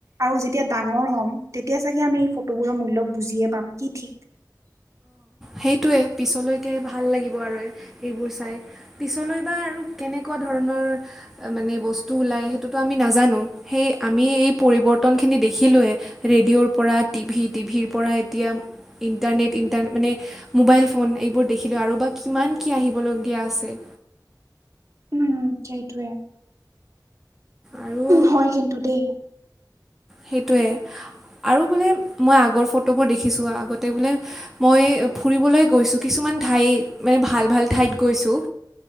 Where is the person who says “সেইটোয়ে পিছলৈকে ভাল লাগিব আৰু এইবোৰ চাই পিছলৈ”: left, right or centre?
Centre